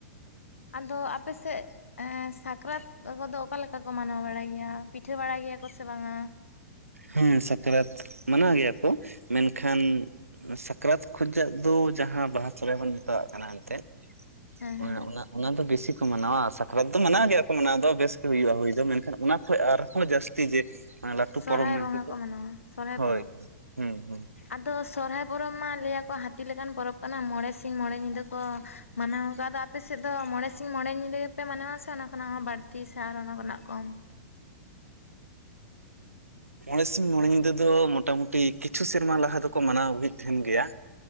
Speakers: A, on the left (about 70°); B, on the right (about 85°).
A: ᱟᱫᱚ ᱟᱯᱮ ᱥᱮᱫ ᱮᱸ ᱥᱟᱠᱨᱟᱛ ᱠᱚᱫᱚ ᱚᱠᱟ ᱞᱮᱠᱟ ᱠᱚ ᱢᱟᱱᱟᱣ ᱵᱟᱲᱟᱭ ᱜᱮᱭᱟ ᱯᱤᱴᱷᱟᱹ ᱵᱟᱲᱟᱭ ᱜᱮᱭᱟ ᱠᱚ ᱥᱮ ᱵᱟᱝ-ᱟ?
B: ᱦᱮᱸ ᱥᱟᱠᱨᱟᱛ ᱢᱟᱱᱟᱣ ᱜᱮᱭᱟ ᱠᱚ ᱢᱮᱱᱠᱷᱟᱱ ᱥᱟᱠᱨᱟᱛ ᱠᱷᱚᱡᱟᱜ ᱫᱚ ᱡᱟᱦᱟᱸ ᱵᱟᱦᱟ ᱥᱚᱨᱚᱦᱟᱭ ᱵᱚᱱ ᱢᱮᱛᱟᱣᱟᱜ ᱠᱟᱱᱟ ᱮᱱᱛᱮᱫ
A: ᱦᱮᱸ
B: ᱢᱟᱱᱮ
A: ᱦᱮᱸ
B: ᱚᱱᱟ ᱚᱱᱟ ᱫᱚ ᱵᱮᱥᱤ ᱠᱚ ᱢᱟᱱᱟᱣᱟ ᱥᱟᱠᱨᱟᱛ ᱫᱚ ᱢᱟᱱᱟᱣ ᱜᱮᱭᱟ ᱠᱚ ᱢᱟᱱᱟᱣ ᱫᱚ ᱵᱮᱥ ᱜᱮ ᱦᱩᱭᱩᱜᱼᱟ ᱦᱩᱭ ᱫᱚ ᱢᱮᱱᱠᱷᱟᱱ ᱚᱱᱟ ᱠᱷᱚᱱ ᱟᱨᱦᱚᱸ ᱡᱟᱹᱥᱛᱤ ᱡᱮ ᱞᱟᱹᱴᱩ
A: ᱥᱚᱨᱦᱟᱭ
B: ᱯᱚᱨᱚᱵᱽ ᱢᱮᱱᱛᱮ
A: ᱵᱚᱸᱜᱟ
B: ᱫᱚ
A: ᱠᱚ ᱢᱟᱱᱟᱣᱟ ᱥᱚᱨᱦᱟᱭ
B: ᱦᱳᱭ
A: ᱯᱚᱨᱚᱵᱽ
B: ᱦᱩᱸ ᱦᱩᱸ
A: ᱟᱫᱚ ᱥᱚᱨᱦᱟᱭ ᱯᱚᱨᱚᱵᱽ ᱢᱟ ᱞᱟᱹᱭᱟᱠᱚ ᱦᱟᱛᱤ ᱦᱟᱛᱤ ᱞᱮᱠᱟᱱ ᱯᱚᱨᱚᱵᱽ ᱠᱟᱱᱟ ᱢᱚᱬᱮ ᱥᱤᱧ ᱢᱚᱬᱮ ᱧᱤᱫᱟᱹ ᱠᱚ ᱢᱟᱱᱟᱣ ᱟᱠᱟᱫᱟ ᱟᱯᱮᱥᱮᱫ ᱫᱚ ᱢᱚᱬᱮ ᱥᱤᱧ ᱢᱚᱬᱮ ᱧᱤᱫᱟᱹ ᱯᱮ ᱢᱟᱱᱟᱣᱟ ᱥᱮ ᱚᱱᱟ ᱠᱷᱚᱱᱟᱜ ᱦᱚᱸ ᱵᱟᱹᱲᱛᱤ ᱥᱮ ᱟᱨᱦᱚ ᱚᱱᱟ ᱠᱷᱚᱱᱟᱜ ᱠᱚᱢ
B: ᱢᱚᱬᱮ ᱥᱤᱧ ᱢᱚᱬᱮ ᱧᱤᱫᱟᱹ ᱫᱚ ᱢᱚᱴᱟ ᱢᱩᱴᱤ ᱠᱤᱪᱷᱩ ᱥᱮᱨᱢᱟ ᱞᱟᱦᱟ ᱫᱚᱠᱚ ᱢᱟᱱᱟᱣ ᱟᱹᱜᱩᱭᱮᱫ ᱛᱟᱦᱮᱱ ᱜᱮᱭᱟ᱾